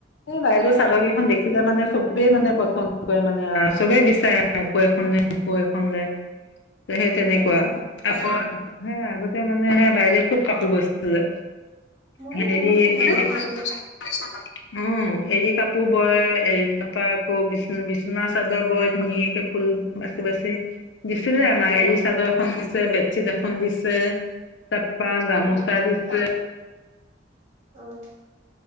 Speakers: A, on the left (about 75°); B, on the right (about 35°).
A: এই বাইদেউ
B: অ',
A: চাদকেইখন দেখিলে মানে চবেই মানে পচন্দ কৰে মানে <unintelligible> চবে বিচাৰে। আকৌ এখন <unintelligible> আকৌ এখন <unintelligible> সেই তেনেকুৱা।
B: অ',
A: আকৌ হে আগতে মানে হে বাইদেউয়ে খুব কাপোৰ বয়ছিলে।
B: ময়ো
A: হেৰি
B: বহুত পচন্দ
A: <unintelligible>
B: কৰিছিলো
A: উম, এৰি কাপোৰ বয় এ- তাৰাপা আকৌ বিচ- বিচনা চাদৰ বয় ধুন <unintelligible> ফুল বাচি দিছিলে আমাক
B: অ',
A: এৰি চাদৰ এখন দিছে বেড চিট এখন দিছে তাৰপা গামোচা
B: অ',
A: দিছে
B: অ',